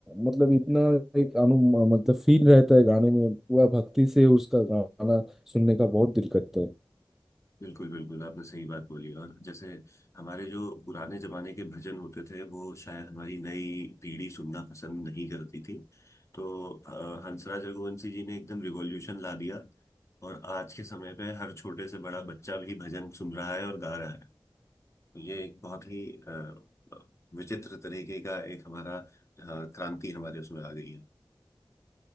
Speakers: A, in the centre; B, on the left (about 35°).
A: मतलब इतना एक अनु मतलब फील रहता है गाने में पूरा भक्ति से उसका गाना सुनने का बहुत दिल करता है
B: बिल्कुल बिल्कुल आपने सही बात बोली और जैसे हमारे जो पुराने जमाने के भजन होते थे वो शायद हमारी नई पीढ़ी सुनना पसंद नहीं करती थी तो अ, हंसराज रघुवंशी जी ने एकदम रिवॉल्यूशन ला दिया और आज के समय पे हर छोटे से बड़ा बच्चा भी भजन सुन रहा है और गा रहा है तो ये एक बहुत ही अ, विचित्र तरीके का एक हमारा अ, क्रांति हमारे उसमें आ गई है